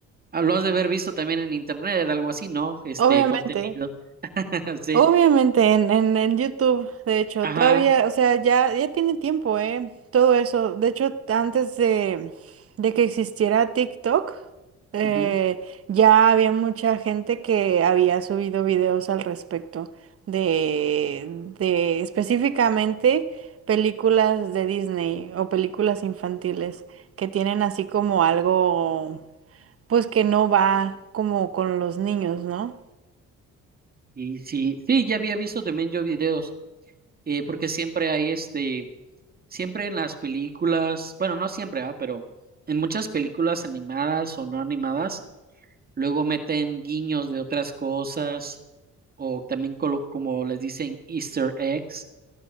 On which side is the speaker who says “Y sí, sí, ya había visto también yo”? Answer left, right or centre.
Right